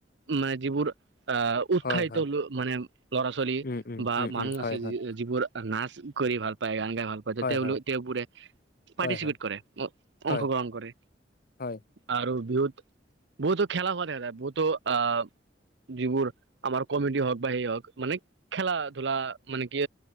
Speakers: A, on the right; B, on the left.
A: মানে যিবোৰ আহ উৎখাহিত
B: হয়, হয়,
A: মানে ল'ৰা ছোৱালী।
B: উম, উম,
A: বা
B: উম,
A: মানুহ
B: উম, হয়,
A: আছে
B: হয়,
A: যিবোৰ নাচ কৰি ভাল পায় গান গাই ভাল পায় যাতে
B: হয়,
A: তেওঁলোক
B: হয়,
A: তেওঁবোৰে পাৰ্টিচিপেট
B: হয়, হয়,
A: কৰে
B: হয়,
A: অংশগ্ৰহণ কৰে।
B: হয়,
A: আৰু বিহুত বহুতো খেলা হোৱা দেখা যায় বহুতো আহ, যিবোৰ আমাৰ কমেডি বা হওক বা সেই হওক মানে খেলা-ধূলা মানে কি